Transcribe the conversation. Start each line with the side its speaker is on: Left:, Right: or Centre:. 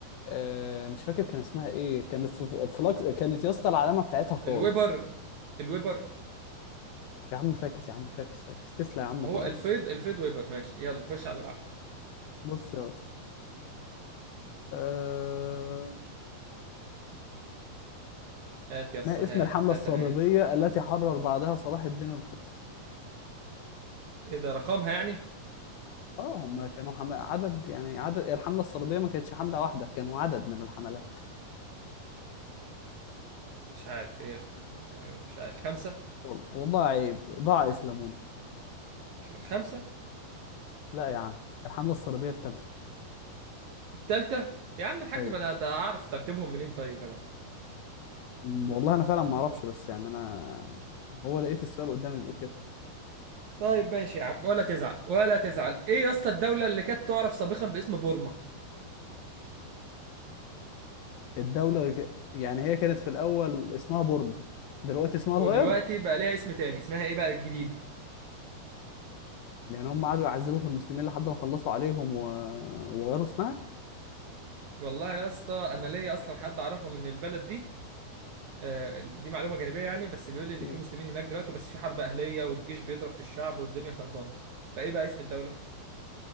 Left: آه، مش فاكر كان اسمها ايه كانت في فلاكس كانت يا اسطى العلامه بتاعتها فاي
Right: الويبر الويبر
Left: يا عم فاكس يا عم فاكس فاكس تسلا يا عم
Right: ما هو
Left: خلاص
Right: الفيض الفيض ويبر ماشي يلا خش على بعض
Left: بص يا اسطى أه...
Right: هات يسا
Left: ما اسم
Right: هات
Left: الحمله الصليبيه
Right: هات انا
Left: التي حرر بعدها صلاح الدين القدسي
Right: ايه ده رقمها يعني
Left: اه هم كانوا حم... عدد يعني عدد الحمله الصليبيه ما كانتش حمله واحده كانوا عدد من الحملات
Right: مش عارف ايه ال- مش عارف خمسة
Left: وال- والله عيب ضاع اسلاموني
Right: الخمسة
Left: لا يا عم الحمله الصليبيه الثالثه
Right: التالتة يا عم الحاج
Left: طيب
Right: ما انا ده اعرف ترتيبهم منين طيب انا
Left: والله انا فعلا ما اعرفش بس يعني انا هو لقيت السؤال قدامي بيقول كده
Right: طيب ماشي يا عم ولا تزعل ولا تزعل ايه يا اسطى الدولة اللي كانت تعرف سابقا باسم بورما
Left: الدولة اللي ك- يعني هي كانت في الأول اسمها بورما دلوقتي اسمها اتغير
Right: ودلوقتي بقى ليها اسم تاني اسمها ايه بقى الجديد
Left: يعني هم قعدوا يعذبوا في المسلمين لحد ما خلصوا عليهم و... وغيروا اسمها
Right: والله يا اسطى انا ليا اصلا حد اعرفه من البلد دي آه، دي معلومه جانبيه يعني بس بيقول لي ان
Left: مم.
Right: في مسلمين هناك دلوقتي وبس في حرب اهليه والجيش بيضرب في الشعب والدنيا خربانه فايه بقى اسم الدوله